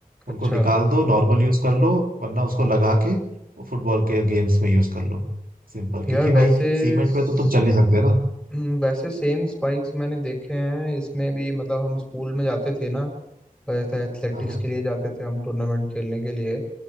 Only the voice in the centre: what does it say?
अच्छा
यार
वैसे
स-
हम्म, वैसे सेम स्पाइक्स मैंने देखे हैं इसमें भी मतलब हम स्कूल में जाते थे ना एथलेटिक्स
के लिए जाते थे हम टूर्नामेंट खेलने के लिए